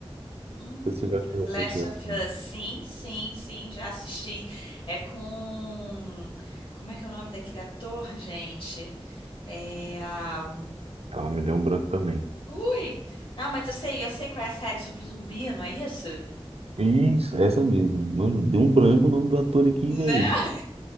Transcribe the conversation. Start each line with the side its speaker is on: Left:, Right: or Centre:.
Left: Hum,
Right: Você já
Left: The
Right: assistiu?
Left: Last of Us, sim, sim, sim, já assisti. É com. Como é que é o nome daquele ator, gente? É. a-
Right: Ela me deu um branco também.
Left: Ui! Não, mas eu sei, eu sei qual é a série sobre zumbi, não é isso?
Right: Isso, essa mesmo. Mano, deu um branco o nome do ator aqui,
Left: Né?
Right: velho.